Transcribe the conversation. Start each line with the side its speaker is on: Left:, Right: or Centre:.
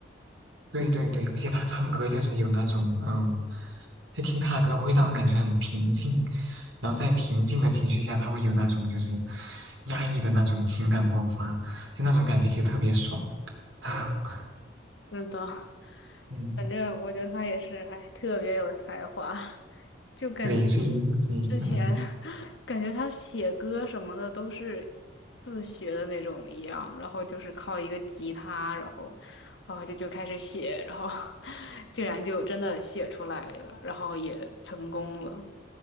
Right: 对对对，而且他唱歌就是有那种，嗯、就听他的歌会让人感觉很平静，然后在平静的情绪下，他会有那种就是压抑的那种情感爆发，就那种感觉其实特别爽。<laughs>
Left: <laughs> 是的，<laughs>
Right: 嗯，
Left: 反正我觉得他也是，哎，特别有才华，<laughs> 就感
Right: 对，所以对，
Left: 之前
Right: 嗯。
Left: <laughs> 感觉他写歌什么的都是自学的那种一样，然后就是靠一个吉他，然后哦就就开始写，然后 <laughs> 竟然就真的写出来了，然后也成功了。